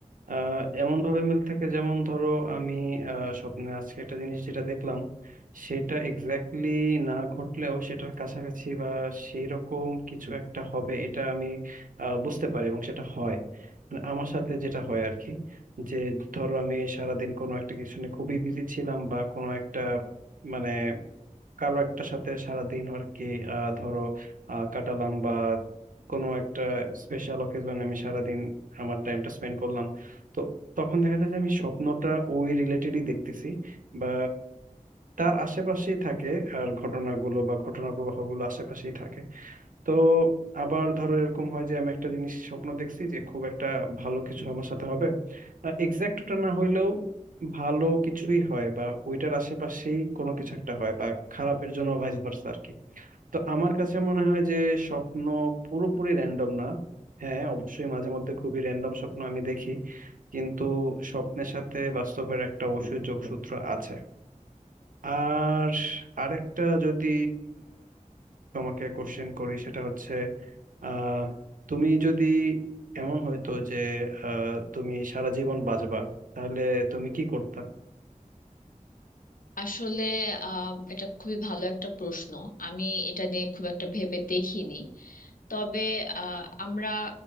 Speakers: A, on the right (about 80°); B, on the left (about 85°).
A: আহ এমন ভাবে মিল থাকে যেমন ধরো আমি আহ স্বপ্নে আজকে একটা জিনিস যেটা দেখলাম সেটা এক্স্যাক্টলি না ঘটলেও সেটার কাছাকাছি বা সেই রকম কিছু একটা হবে এটা আমি আহ বুঝতে পারি এবং সেটা হয় মানে আমার সাথে যেটা হয় আর কি যে ধরো আমি সারাদিন কোনো একটা কিছু নিয়ে খুবই বিজি ছিলাম বা কোনো একটা মানে কারো একটা সাথে সারাদিন আর কি আহ, ধরো আহ, কাটালাম বা কোনো একটা স্পেশাল অকেজন আমি সারাদিন আমার টাইমটা স্পেন্ড করলাম তো তখন দেখা যায় যে আমি স্বপ্নটা ওই রিলেটেডই দেখতেছি বা তার আশেপাশেই থাকে আর ঘটনাগুলো বা ঘটনা প্রবাহগুলো আশেপাশেই থাকে তো আবার ধরো এরকম হয় যে আমি একটা জিনিস স্বপ্ন দেখছি যে খুব একটা ভালো কিছু আমার সাথে হবে এক্সাক্ট ওটা না হইলেও ভালো কিছুই হয় বা ওইটার আশেপাশেই কোনো কিছু একটা হয় বা খারাপের জন্য ভাইস ভার্সা আর কি তো আমার কাছে মনে হয় যে স্বপ্ন পুরোপুরি র্যান্ডম না হ্যাঁ অবশ্যই মাঝে মধ্যে খুবই র্যান্ডম স্বপ্ন আমি দেখি কিন্তু স্বপ্নের সাথে বাস্তবের একটা অবশ্যই যোগসূত্র আছে আর আরেকটা যদি তোমাকে কোশ্চেন করি সেটা হচ্ছে আহ তুমি যদি এমন হইতো যে আহ তুমি সারা জীবন বাঁচবা তাহলে তুমি কি করতা
B: আসলে আহ, এটা খুবই ভালো একটা প্রশ্ন আমি এটা নিয়ে খুব একটা ভেবে দেখিনি তবে আহ, আমরা